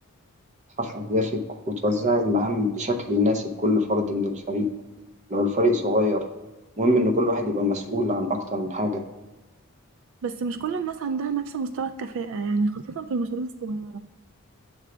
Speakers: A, on the right; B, on the right.
A: تحقق أهدافك وتوزع المهام بشكل يناسب كل فرد من الفريق لو الفريق صغير مهم إن كل واحد يبقى مسؤول عن أكتر من حاجة
B: بس مش كل الناس عندها نفس مستوى الكفاءة يعني خاصة في المشاريع الصغيرة